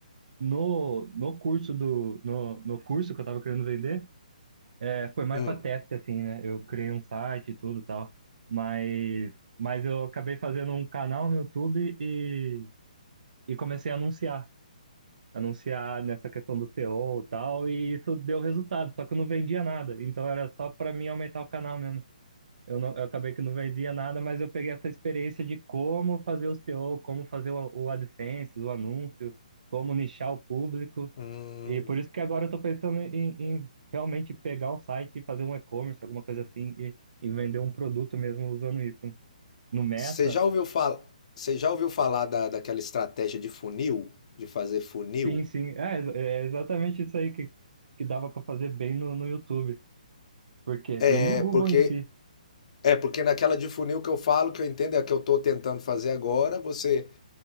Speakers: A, on the right (about 65°); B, on the left (about 50°).
A: No, no curso do, no, no curso que eu estava querendo vender, é, foi mais
B: Hum.
A: para teste, assim, né? Eu criei um site e tudo e tal. Mas, mas eu acabei fazendo um canal no YouTube e, e comecei a anunciar. anunciar nessa questão do SEO e O e tal, e isso deu resultado, só que eu não vendia nada, então era só para mim aumentar o canal mesmo. Eu, não, eu acabei que não vendia nada, mas eu peguei essa experiência de como fazer o SEO, como fazer o, o AdSense, o anúncio, como nichar o público,
B: Hum,
A: e por isso que agora eu tô pensando em, em realmente pegar um site e fazer um e-commerce, alguma coisa assim, e, e vender um produto mesmo usando isso. né? No Meta,
B: você já ouviu falar, você já ouviu falar da, daquela estratégia de funil, de fazer funil?
A: sim, sim, é, é exatamente isso aí que, que dava para fazer bem no, no YouTube. Porque, e
B: É
A: no Google
B: porque
A: em si,
B: é porque naquela de funil que eu falo, que eu entendo, é a que eu estou tentando fazer agora, você